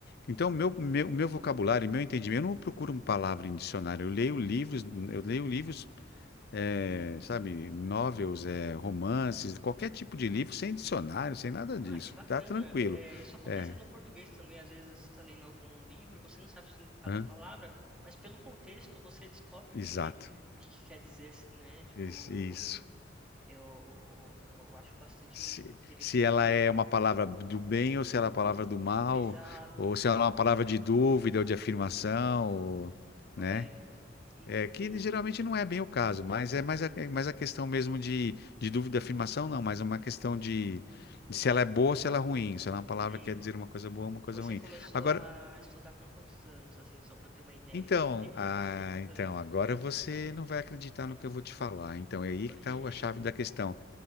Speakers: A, on the left; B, in the centre.
A: Então, meu, meu, meu vocabulário, meu entendimento, eu não procuro uma palavra em dicionário. Eu leio livros, eu leio livros, eh, sabe, novels, eh, romances, qualquer tipo de livro, sem dicionário, sem nada
B: Ah,
A: disso.
B: que bacana.
A: Tá tranquilo.
B: É, isso acontece
A: É,
B: no português também. Às vezes você está lendo algum livro e você não sabe o significado
A: hã?
B: da palavra, mas pelo contexto você descobre o
A: Exato.
B: que, que- o que que quer dizer, né? Tipo,
A: Isso. isso.
B: eu, eu acho bastante
A: Se,
B: interessante.
A: se ela
B: assim.
A: é uma palavra do bem ou se ela é uma palavra do mal,
B: Exato,
A: ou se
B: qual.
A: ela é uma palavra de dúvida ou de afirmação, ou,
B: correto.
A: né?
B: E
A: É, que geralmente não é bem o caso, mas é mais a, é mais a questão mesmo de, de dúvida afirmação, não, mas é uma questão de, de se ela é boa ou se ela é ruim, se ela é uma palavra
B: sim,
A: que quer dizer uma coisa boa ou uma coisa
B: você
A: ruim.
B: começou
A: Agora,
B: a estudar com quantos anos, assim, só para eu ter uma ideia
A: então,
B: de quanto tempo
A: ah,
B: você está se dedicando?
A: então, agora você não vai acreditar no que eu vou te falar. Então, é aí
B: Porque
A: que está a
B: <laughs>
A: chave da questão.